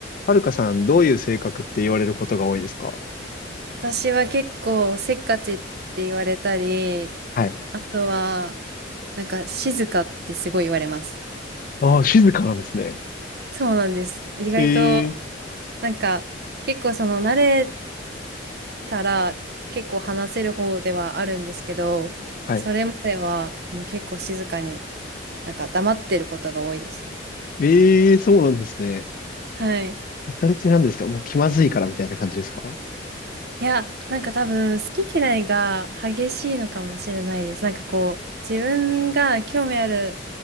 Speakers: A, on the left; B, on the right.
A: はるかさん、どういう性格って言われることが多いですか
B: 私は結構せっかちって言われたり、
A: はい。
B: あとは、なんか静かってすごい言われます。
A: ああ、静かなんですね。
B: そうなんです。意外と、
A: ええ
B: なんか結構その慣れたら結構話せる方ではあるんですけど、
A: はい。
B: それまではもう結構静かに、なんか黙ってることが多いです。
A: ええそうなんですね。
B: はい。
A: えそれって何ですかもう気まずいからみたいな感じですか
B: いや、なんか多分好き嫌いが激しいのかもしれないです。なんかこう、自分が興味ある